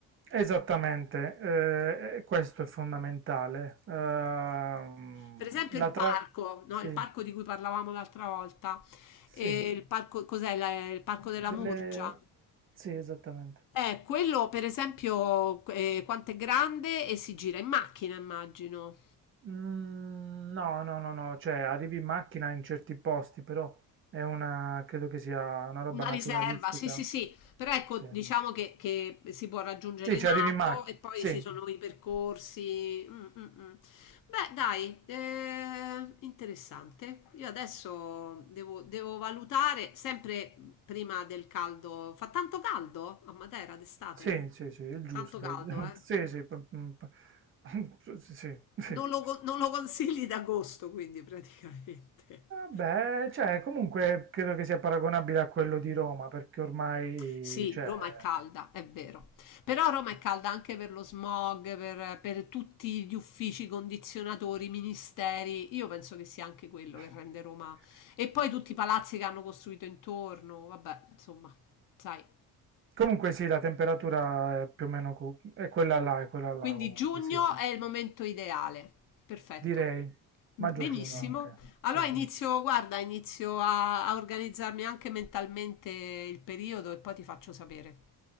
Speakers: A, on the right; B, on the left.
A: esattamente. eh, e questo è fondamentale. Ehm,
B: Per esempio
A: la
B: il
A: tra...
B: parco, no?
A: Sì,
B: Il parco di cui parlavamo l'altra volta,
A: sì.
B: E il parco, cos'è? La- il parco della
A: Delle...
B: Murgia.
A: Sì, esattamente.
B: Eh, quello per esempio, eh, quanto è grande e si gira in macchina, immagino.
A: Mm, No, no, no, no, cioè arrivi in macchina in certi posti, però è una, credo che sia una roba
B: Una
A: naturalistica.
B: riserva, sì, sì, sì, però ecco,
A: Sì,
B: diciamo che, che si può raggiungere
A: sì,
B: in
A: ci arrivi
B: auto
A: in macchina,
B: e poi
A: sì,
B: ci sono i percorsi. mm, mm, mm. Beh, dai, eh, interessante. Io adesso devo, devo valutare sempre prima del caldo. Fa tanto caldo a Matera d'estate?
A: sì, sì, sì, il giusto,
B: Tanto caldo,
A: <laughs>
B: eh?
A: sì, sì, p- p- p- <laughs> sì, sì. sì. Eh,
B: Non lo, con- non lo consigli d'agosto, quindi praticamente.
A: Beh, cioè, comunque credo che sia paragonabile a quello di Roma, perché ormai,
B: Sì,
A: cioè...
B: Roma è calda, è vero. Però Roma è calda anche per lo smog, per, per tutti gli uffici, condizionatori, ministeri. Io penso che sia anche quello
A: <laughs>
B: che rende Roma. E poi tutti i palazzi che hanno costruito intorno. Vabbè, insomma, sai.
A: Comunque sì, la temperatura è più o meno cu- è quella là, è quella là
B: Quindi
A: comunque,
B: giugno
A: sì.
B: è il momento ideale. Perfetto.
A: Direi
B: Va bene.
A: maggio-giugno
B: Benissimo.
A: anche,
B: Allora
A: sì.
B: inizio, guarda, inizio a, a organizzarmi anche mentalmente il periodo e poi ti faccio sapere.